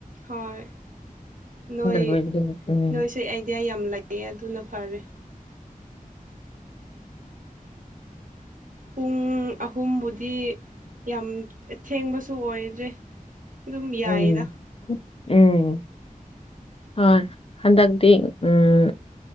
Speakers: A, on the right; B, on the left.
A: ꯍꯣꯏ ꯅꯣꯏ
B: ꯂꯣꯏꯕꯗꯨ ꯎꯝ
A: ꯅꯣꯏꯁꯨ ꯑꯥꯏꯗꯤꯌꯥ ꯌꯥꯝ ꯂꯩꯌꯦ ꯑꯗꯨꯅ ꯐꯔꯦ ꯄꯨꯡ ꯑꯍꯨꯝꯕꯨꯗꯤ ꯌꯥꯝ ꯊꯦꯡꯕꯁꯨ ꯑꯣꯏꯗ꯭ꯔꯦ ꯑꯗꯨꯝ ꯌꯥꯏꯌꯦꯗ
B: ꯎꯝ ꯎꯝ ꯍꯣꯏ ꯍꯟꯗꯛꯇꯤ ꯎꯝ